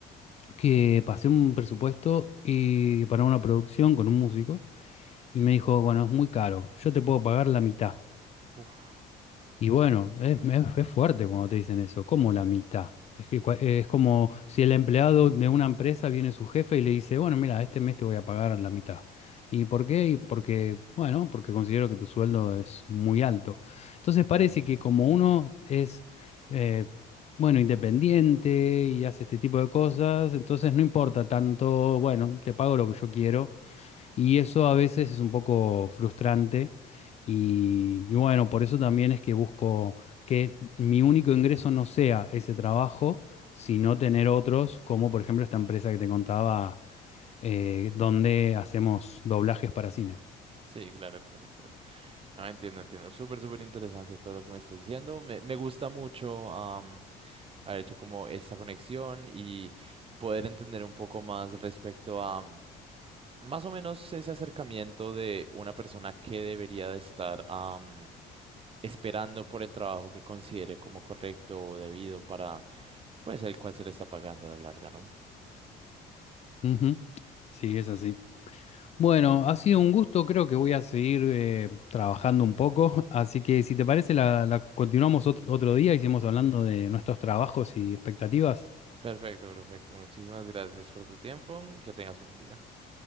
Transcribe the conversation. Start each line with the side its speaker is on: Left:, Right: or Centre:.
Left: que pasé un presupuesto y para una producción con un músico y me dijo, bueno, es muy caro, yo te puedo pagar la mitad.
Right: Uf,
Left: Y bueno, es, es- es fuerte cuando te dicen eso, como la mitad. Es que cua- eh, es como si el empleado de una empresa viene su jefe y le dice, bueno, mira, este mes te voy a pagar la mitad. ¿Y por qué? Y porque, bueno, porque considero que tu sueldo es muy alto. Entonces parece
Right: eh,
Left: que como uno es, eh, bueno, independiente y hace este tipo de cosas, entonces no importa tanto, bueno, te pago lo que yo quiero. Y eso a veces es un poco frustrante y, y bueno, por eso también es que busco que mi único ingreso no sea ese trabajo, sino tener otros, como por ejemplo esta empresa que te contaba, eh, donde hacemos doblajes para cine.
Right: sí, claro, claro, claro. No, entiendo, entiendo. Súper, súper interesante todo lo que me estás diciendo. Me, me gusta mucho am, haber hecho como esta conexión y poder entender un poco más respecto a mm, más o menos ese acercamiento de una persona que debería de estar am, esperando por el trabajo que considere como correcto o debido para pues el cual se le está pagando a la larga, ¿no?
Left: Ujú. Sí, es así. Bueno, ha sido un gusto, creo que voy a seguir eh, trabajando un poco, <laughs> así que si te parece, la, la continuamos otro, otro día y seguimos hablando de nuestros trabajos y expectativas.
Right: Perfecto, perfecto. Muchísimas gracias por tu tiempo. Que tengas un buen día.